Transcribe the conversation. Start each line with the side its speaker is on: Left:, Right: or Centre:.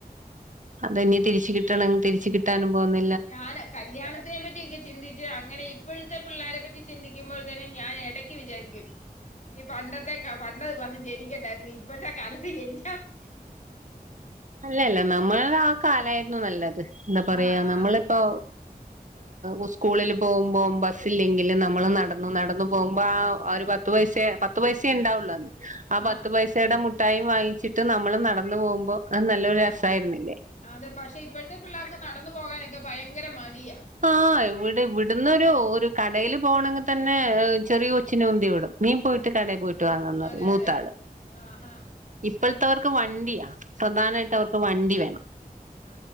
Right: അതന്നെ തിരിച്ച്കിട്ടണം തിരിച്ച്കിട്ടാനും പോകുന്ന
Left: ഞാൻ കല്യാണത്തിനെപറ്റിക്കെ ചിന്തിച്ച് അങ്ങനെ ഇപ്പൊഴത്തെ പിള്ളാരപറ്റി ചിന്തിക്കുമ്പോൾ ഞാൻ ഇടയ്ക്ക് വിചാരിക്കും ഈ പണ്ടക്കെ ക പണ്ട് വന്ന് ജനിക്കണ്ടായിരുന്നു ഇപ്പഴത്തെ കാലത്ത് ജനി
Right: അല്ലല്ല നമ്മൾളെ ആ കാലായിരുന്നു നല്ലത് എന്താ പറയാ
Left: ആഹ് ആഹ്
Right: നമ്മളിപ്പോ ഉസ്കൂളില് പോവുമ്പം ബസ്സ് ഇല്ലെങ്കില് നമ്മള് നടന്നുനടന്ന് പോവുമ്പോ ആ ഒരു പത്ത് പൈസേ പത്ത് പൈസേണ്ടാവുള്ളുഅന്ന് ആ
Left: ആഹ്
Right: പത്ത് പൈസയുടെ മുഠായും വാങ്ങിച്ചിട്ട് നമ്മള് നടന്ന്പോവുമ്പോ അത് നല്ലൊരു രസയിരുന്നെ
Left: അതെ പഷെ ഇപ്പഴത്തെ പിള്ളാർക്ക് നടന്ന്പോകാനൊക്കെ ഭയങ്കര മടിയാ
Right: ആ എവ്ടെ ഇവിട്ന്നൊരു ഓര് കടയില് പോണങ്കിതന്നെ ചെറിയ കൊച്ചിനെ ഉന്തിവിടും നീപോയിട്ട് കടെപോയി ട്ട് വാങ്ങാന്നറി
Left: അതെ
Right: മൂത്താള്
Left: അതെ ആഹ് ആഹ്
Right: ഇപ്പല്ത്തവർക് വണ്ടിയാ പ്രധാനായിട്ട് അവർക്ക് വണ്ടിവേ
Left: ആ